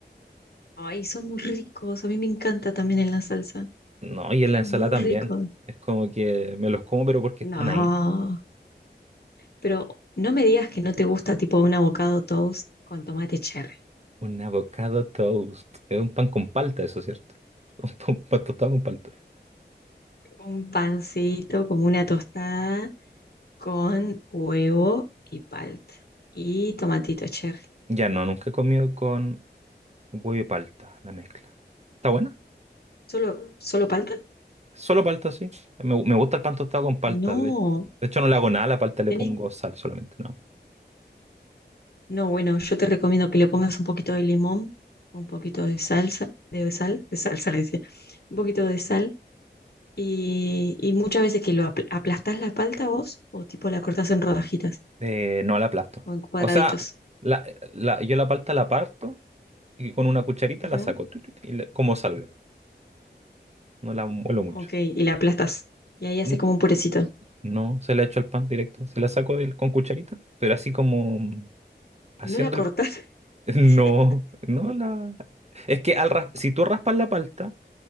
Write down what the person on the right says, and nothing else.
No, y
en la ensalada
también.
Es como que me los como, pero porque
están ahí.
Un avocado toast. Es un pan con palta, eso es cierto. <laughs> Un pan, pan tostado con palta.
Ya no, nunca he comido con huevo y palta, la mezcla. ¿Está buena?
Solo palta, sí. Me, me gusta el pan tostado con palta.
De, de hecho, no le hago nada a la palta, le
pongo sal solamente, ¿no?
Eh, no la aplasto.
O sea, la, la- yo la palta la parto y con una cucharita
la saco, tu, tu, tu, y le- como salga. No la muelo mucho.
N-
No, se la echo al pan directo. Se la saco del- con cucharita, pero así como haciendo
el
No, no la. Es que al ras- si tú raspas la palta,